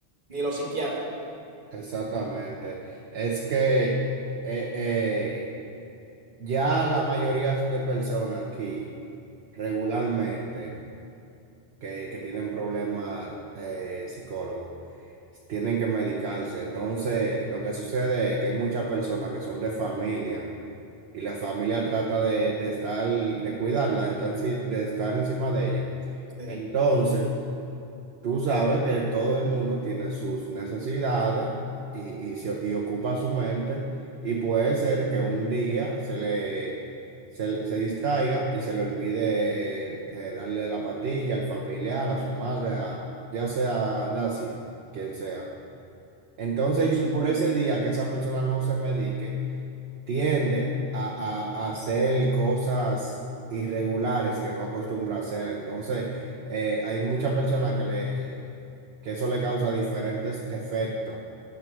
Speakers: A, on the right (about 50°); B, on the right (about 65°).
A: ni los psiquiatras.
B: exactamente. Es que eh, eh, ya la mayoría de personas aquí regularmente que, que tienen problemas eh, psicólogos, tienen que medicarse. Entonces, lo que sucede es que hay muchas personas que son de familia y la familia trata de, de estar, de cuidarla, de estar, enci- de estar encima de ella.
A: Sí,
B: Entonces, Tú sabes que todo el mundo tiene sus necesidades y, y, se- y ocupa su mente y puede ser que un día se le, se le- se distraiga y se le olvide eh, darle la pastilla al familiar, a su madre, a- ya sea Daisy, quien sea. Entonces
A: sí,
B: ya
A: sí.
B: por
A: sí.
B: ese día que esa persona no se medique, tiende a, a- a hacer cosas irregulares que no acostumbra a hacer. Entonces, eh, hay muchas personas que le, que eso le causa diferentes efectos.